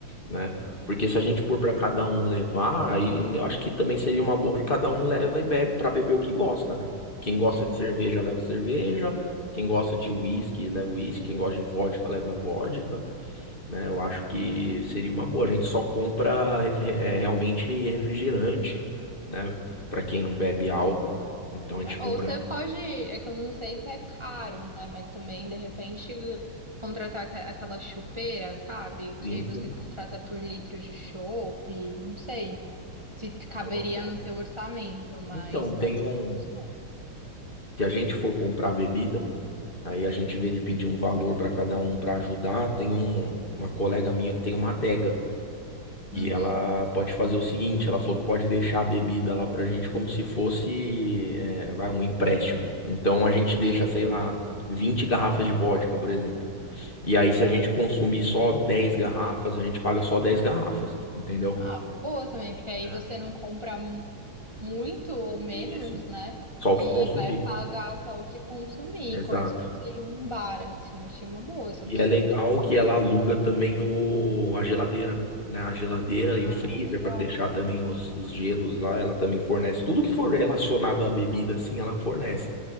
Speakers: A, on the left; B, on the right.
A: né? Porque se a gente pôr para cada um levar, aí eu acho que também seria uma boa que cada um leva e bebe para beber o que gosta, né? Quem gosta
B: Uhum.
A: de cerveja leva cerveja, quem gosta de uísque leva uísque, quem gosta de vodka leva vodka né? Eu acho que seria uma boa. A gente só compra ref- é, realmente refrigerante, né? Para quem não bebe álcool. Então a gente
B: É,
A: compra.
B: Ou você pode, é que eu não sei se é caro, né? Mas também, de repente, contratar aque- aquela chopeira, sabe? Que
A: Sim,
B: aí você
A: sim.
B: contrata por litro de chopp, não sei se caberia
A: É uma boa.
B: no seu orçamento, mas
A: Então, tem
B: pode
A: um.
B: ser uma opção.
A: Se a gente for comprar bebida, aí a gente vê de pedir um valor para cada um para ajudar. Tem um, uma colega minha que tem uma adega.
B: Uhum.
A: E ela pode fazer o seguinte, ela falou que pode deixar a bebida lá pra gente como se fosse, é, vai, um empréstimo. Então a gente
B: Entende?
A: deixa, sei lá, 20 garrafas de vodka, por exemplo. E aí, se a gente consumir só 10 garrafas, a gente paga só 10 garrafas, entendeu?
B: Ah, uma boa também, porque aí
A: Ah,
B: você não compra mu- muito ou menos,
A: Isso.
B: né?
A: Só o
B: E
A: que consumir.
B: vai pagar só o que consumir,
A: exato.
B: como se fosse um bar, assim. Eu achei uma boa essa
A: E
B: opção.
A: é legal que ela aluga também o, a geladeira, né? A geladeira e
B: Ah,
A: o freezer
B: legal.
A: para deixar também os, os gelos lá. Ela também fornece tudo que for relacionado à bebida, assim, ela fornece,